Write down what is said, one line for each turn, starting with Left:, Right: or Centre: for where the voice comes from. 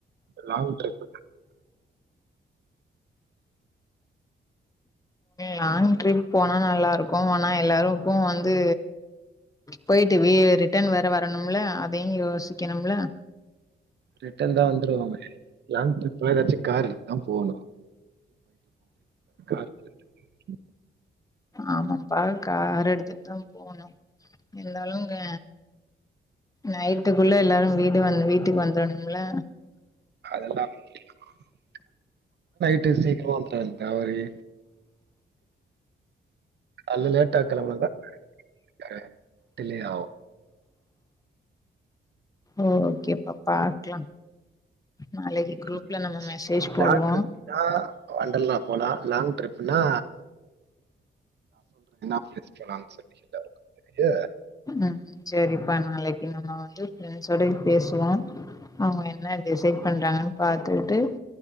Right: லாங் டப்
Left: லாங் ட்ரிப் போனா நல்லா இருக் க்கு ஆனா எல்லாருக்கு வந்து போயிட்டு வ ரிட்டர்ன் வேற வரணும்ல அதையு யோசிக்கணும்ல
Right: ரிட்டன் தா வந்துருவோமே லாங் டிரிப் வெறவெச்சி கார் எடுதா போகணு <unintelligible>
Left: ஆமாப்பா கார் எடுத்துட் தா போகணு இருந்தாலும்ங்க நைட்டுக்குள்ள எல்லாரு வீடு வந்து வீட்டுக்கு வந்துருணமல
Right: அதெல்லா <unintelligible> ட்டு சீக்ரோவன்துடாங் தாவரி அல்ல லேட்டா கெளம்பனாதா ஆஹ் டிலே ஆகு
Left: ஓக்கேப்பா பாக்லா. நாளைக்கு குரூப்ல
Right: ம்
Left: நம்ம மெசேஜ்
Right: சாட்
Left: போடுவோ
Right: இருக்கா வண்டல்லா போலா லாங் ட்ரிப்னா <unintelligible> போலானு சொல்லீருக்காரு <unintelligible>
Left: ம் செர்ரிப்பா நாளைக்கு நம்ம வந்து பிரெண்ட்ஸோடயு பேசுவோ. அவங்க என்ன டிசைட் பண்றாங்கன்னு பாத்துபுட்டு